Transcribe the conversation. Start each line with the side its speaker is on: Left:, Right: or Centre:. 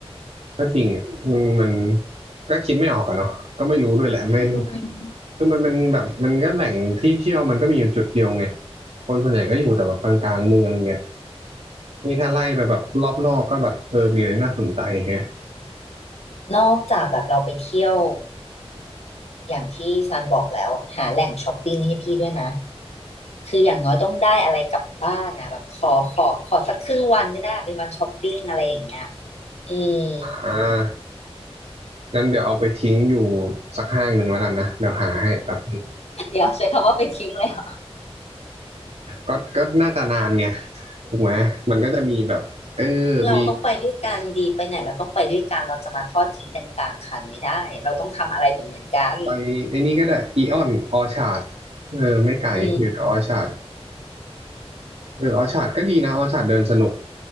Right: ก็จริงอ่ะมันมันก็คิดไม่ออกอะเนาะก็ไม่รู้ด้วยแหละไม่
Left: อืม
Right: คือมันเป็นแบบมันก็แหล่งที่เที่ยวมันก็มีอยู่จุดเดียวไงคนส่วนใหญ่ก็อยู่แต่แบบกลางๆเมืองไงนี่ถ้าไล่ไปแบบรอบนอกก็แบบเออมีอะไรน่าสนใจแฮะ
Left: นอกจากแบบเราไปเที่ยวอย่างที่ซันบอกแล้วหาแหล่งช้อปปิ้งให้พี่ด้วยนะคืออย่างน้อยต้องได้อะไรกลับบ้านนะแบบขอขอขอสักครึ่งวันก็ได้เป็นวันช้อปปิ้งอะไรอย่างเงี้ยอืม
Right: อ่างั้นเดี๋ยวเอาไปทิ้งอยู่สักห้างหนึ่งแล้วกันนะเดี๋ยวหาให้แบบ
Left: เดี๋ยวใช้คำว่าไปทิ้งเลยเหรอ
Right: ก็ก็น่าจะนานไงถูกไหมมันก็จะมีแบบเออมี
Left: เราต้องไปด้วยกันดีไปไหนเราต้องไปด้วยกันเราจะมาทอดทิ้งกันกลางคันไม่ได้เราต้องทำอะไรเหมือนเหมือนกัน
Right: ไปไอ้นี่ก็ได้อีออนออชาร์ดเออไม่ไกลอยู่แต่ออชาร์ด
Left: อืม
Right: เออออชาร์ดก็ดีนะออชาร์ดเดินสนุก